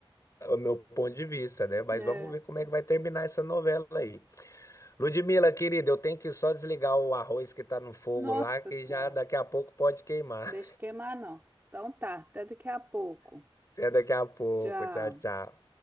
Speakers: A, on the left; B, on the right.
A: o meu ponto de vista, né? Mas
B: É.
A: vamos ver como é que vai terminar essa novela aí. Ludmila, querida, eu tenho que só desligar o arroz que tá no fogo
B: Nossa
A: lá, que
B: Senhora,
A: já daqui a pouco pode queimar.
B: deixa queimar não. Então tá, até daqui a pouco.
A: <laughs> Até daqui a pouco.
B: Tchau.
A: Tchau, tchau.